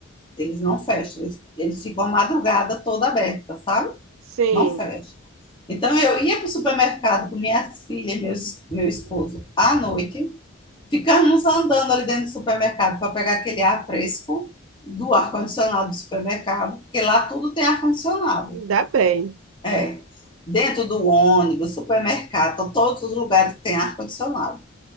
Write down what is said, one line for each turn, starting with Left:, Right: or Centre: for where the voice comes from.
Left: Eles não fecham. Eles, eles ficam a madrugada toda aberta, sabe?
Right: Sim,
Left: Não fecham. Então eu ia para o supermercado com minhas filhas e meus, meu esposo à noite. Ficarmos andando ali dentro do supermercado para pegar aquele ar fresco do ar-condicionado do supermercado, porque lá tudo tem ar-condicionado.
Right: ainda bem.
Left: É. Dentro do ônibus, supermercado, então todos os lugares têm ar-condicionado.